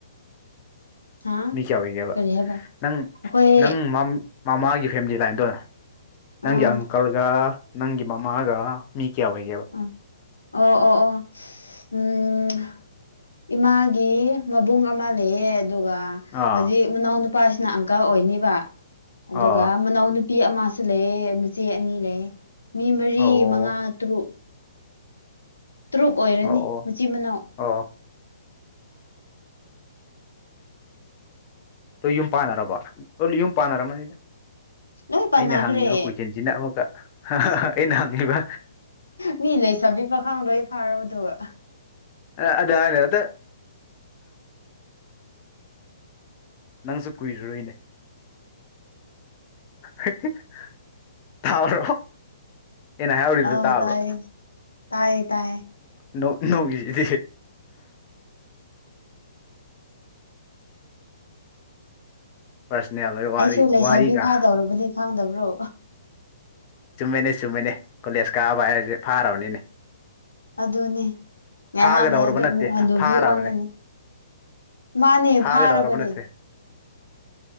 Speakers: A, on the left; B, on the left.
A: ꯍꯥ
B: ꯃꯤ ꯀꯌꯥ ꯑꯣꯏꯒꯦꯕ
A: ꯀꯔꯤ ꯍꯥꯏꯕ
B: ꯅꯪ
A: ꯑꯩꯈꯣꯏ
B: ꯅꯪ ꯃꯝ ꯃꯥꯃꯥꯒꯤ ꯐꯦꯃꯤꯂꯤ ꯂꯥꯏꯟꯗꯣ ꯅꯪꯒꯤ
A: ꯑꯥ
B: ꯑꯪꯀꯜꯒꯥ ꯅꯪꯒꯤ ꯃꯥꯃꯥꯒ ꯃꯤ ꯀꯌꯥ ꯑꯣꯏ
A: ꯎꯝ ꯑꯣ ꯑꯣ ꯑꯣ ꯎꯝ ꯏꯃꯥꯒꯤ ꯃꯕꯨꯡ ꯑꯃ ꯂꯩꯌꯦ ꯑꯗꯨꯒ
B: ꯑꯥ
A: ꯍꯧꯖꯤꯛ ꯃꯅꯥꯎꯅꯨ ꯄꯥꯁꯤꯅ ꯑꯪꯀꯜ ꯑꯣꯏꯅꯤꯕ ꯑꯗꯨꯒ
B: ꯑꯥ
A: ꯃꯅꯥꯎꯅꯨ ꯄꯤ ꯑꯃꯁꯨ ꯂꯩꯌꯦ ꯃꯆꯦ ꯑꯅꯤ ꯂꯩꯌꯦ ꯃꯤ ꯃꯔꯤ
B: ꯑꯣ
A: ꯃꯉꯥ ꯇꯔꯨꯛ ꯇ꯭ꯔꯨꯨꯛ ꯑꯣꯏꯔꯅꯤ
B: ꯑꯣ
A: ꯃꯆꯤꯟ ꯃꯅꯥꯎ
B: ꯑꯣ ꯂꯣꯢ ꯌꯨꯝ ꯄꯥꯟꯅꯔꯕꯣ ꯂꯣꯢ ꯌꯨꯝ ꯄꯥꯟꯅꯔꯃꯅꯤꯗ
A: ꯂꯣꯏ ꯄꯥꯟꯅꯈ꯭ꯔꯦ
B: ꯑꯩꯅ ꯍꯪꯉꯤꯕ ꯀꯣꯏꯁꯟꯁꯤꯅ ꯑꯃꯨꯀꯛ ꯑꯩꯅ ꯍꯪꯉꯤꯕ
A: ꯃꯤ ꯂꯩꯁꯥꯕꯤ ꯄꯥꯈꯪ ꯂꯣꯏ ꯐꯥꯔꯕꯗꯨꯕꯨ
B: ꯑ ꯑꯗꯨ ꯍꯥꯏꯅꯨ ꯑꯗꯨ ꯅꯪꯁꯨ ꯀꯨꯏꯔꯔꯣꯏꯅꯦ ꯍꯤꯛ ꯍꯤꯛ ꯊꯥꯔꯣ ꯑꯩꯅ ꯍꯥꯏꯍꯧꯔꯤꯗꯨꯁꯨ
A: ꯑꯧ
B: ꯇꯥꯕ꯭ꯔꯣ
A: ꯇꯥꯏꯌꯦ ꯇꯥꯏꯌꯦ ꯇꯥꯏꯌꯦ
B: ꯅꯣꯛ ꯅꯣꯛꯏꯁꯤꯗꯤ ꯄꯔꯁꯅꯦꯜ ꯑꯣꯏꯕ ꯋꯥꯔꯤ
A: ꯑꯩꯁꯨ ꯂꯩꯁꯥꯕꯤ
B: ꯋꯥꯍꯩꯒ
A: ꯐꯥꯗꯧꯔꯕꯅꯤ ꯈꯪꯗꯕ꯭ꯔꯣ
B: ꯆꯨꯝꯃꯤꯅꯦ ꯆꯨꯝꯃꯤꯅꯦ ꯀꯣꯂꯦꯖ ꯀꯥꯕꯥ ꯍꯥꯏꯁꯦ ꯐꯥꯔꯕꯅꯤꯅꯦ
A: ꯑꯗꯨꯅꯦ ꯉꯥꯏꯍꯥꯛ
B: ꯐꯥꯒꯗꯧꯔꯕ
A: ꯂꯩꯔꯗꯤ ꯑꯃꯨꯛ
B: ꯅꯠꯇꯦ
A: ꯍꯅꯨꯕꯤ
B: ꯐꯥꯔꯕꯅꯦ
A: ꯑꯣꯜꯂꯅꯤ ꯃꯥꯅꯦ
B: ꯐꯥꯒꯗꯧꯔꯕ
A: ꯐꯥꯔꯕꯅꯦ
B: ꯅꯠꯇ꯭ꯔꯦ